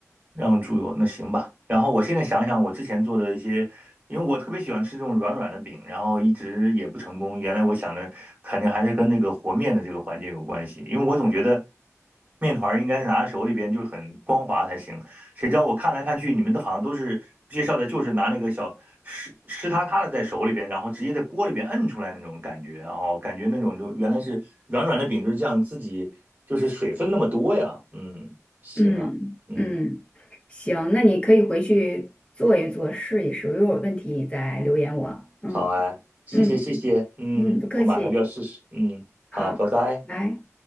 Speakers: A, on the right (about 35°); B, on the left (about 20°).
A: 让猪油，那行吧。然后我现在想想，我之前做的一些，因为我特别喜欢吃这种软软的饼，然后一直也不成功。原来我想的肯定还是跟那个和面的这个环节有关系，因为我总觉得面团儿应该是拿在手里边就是很光滑才行。谁知道我看来看去，你们都好像都是介绍的，就是拿那个小湿湿塌塌的在手里边，然后直接在锅里边摁出来那种感觉，然后感觉那种就原来是软软的饼就是这样，自己就是水分那么多呀。嗯，行啊，
B: 嗯嗯，
A: 嗯。
B: 行，那你可以回去做一做，试一试。如果有问题，你再留言我。嗯
A: 好啊，谢谢谢谢，
B: 嗯
A: 嗯，
B: 嗯，不客气。
A: 我马上就要试试，嗯，
B: 好，
A: 好，拜拜。
B: 来。